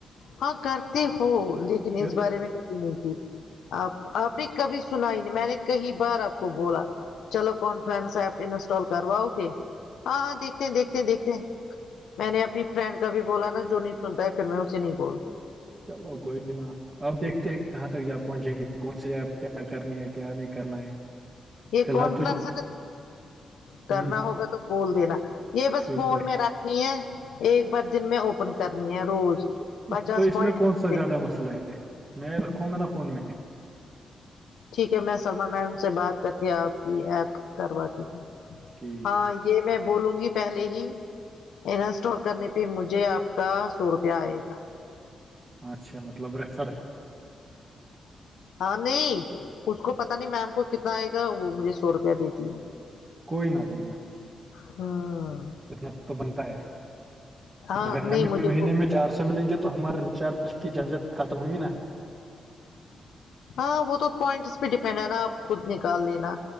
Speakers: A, on the left; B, on the right.
A: ہاں کرتے ہو لیکن
B: پھر
A: اس بارے میں کبھی نہیں تھی آپ آپ نے کبھی سنا ہی نہیں میں نے کئی بار آپ کو بولا چلو کانفرنس ایپ انسٹال کرواؤ گے ہاں ہاں دیکھتے ہیں دیکھتے ہیں دیکھتے ہیں میں نے اپنی فرینڈ کا بھی بولا نا جو نہیں سنتا ہے پھر میں اسے نہیں بولتی
B: چلو کوئی نہا آپ دیکھتے ہیں کہاں تک جا پہنچیں گے کون سی آپ کیا کرنی ہے کیا نہیں کرنا ہے
A: یہ
B: فی الحال
A: کونفنسگر
B: تو
A: کرنا
B: ہوں
A: ہوگا تو بول دینا یہ بس
B: ٹھیک
A: فون
B: ہے
A: میں رکھ نہیں ہے ایک بار دن میں اوپن کر کرنی ہے روز
B: تو-
A: پسس
B: تو اس
A: پوائنٹ
B: میں کون
A: متے
B: سا زیادہ مسئلہ ہے میں رکھوں گا نا فون میں
A: ٹھیک ہے میں سلملمان م سے بات کر کے آپ کی ایپ کرواتی ہوں
B: ٹھیک
A: ہاں
B: ہے
A: یہ میں بولوں گی پہلے ہی انسٹال کرنے پہ مجھے آپ کا سو روپیہ آئے گا
B: اچھا مطلب ریفر
A: ہاں نہیں اس کو پتاہ نہیں میم کو کتنا آئے گا وہ مجھے سو روپیہ دیتی ہے
B: کوئی نہ کوئی ن
A: ہاں
B: اتنا تو بنتا ہے
A: ہاں
B: اگر ہمیں
A: نہیں مجھے
B: مہینے
A: وہ
B: میں <unintelligible> چار سو ملیں گے تو ہمارے رچارج کی چارجر ختم ہوگی نا
A: ہاں وہ تو پوائنٹس پہ ڈیپینڈ ہے نا آپ خود نکال لینا